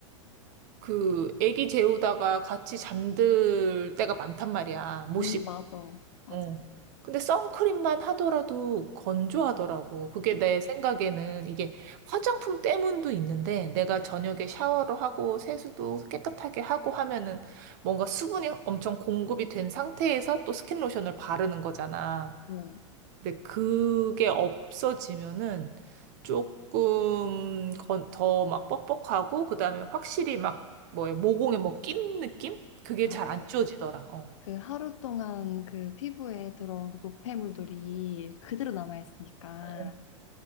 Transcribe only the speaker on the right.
그 애기 재우다가 같이 잠들 때가 많단 말이야. 못
씻고.
어. 근데 선크림만 하더라도 건조하더라고. 그게
내 생각에는 이게 화장품 때문도 있는데 내가 저녁에 샤워를 하고 세수도 깨끗하게 하고 하면은 뭔가 수분이 엄청 공급이 된 상태에서 또 스킨 로션을 바르는 거잖아.
근데 그게 없어지면은 조금 더 막 뻑뻑하고 그다음에 확실히 막 뭐에 모공에 뭐 낀 느낌? 그게
잘 안 지워지더라. 어.
어.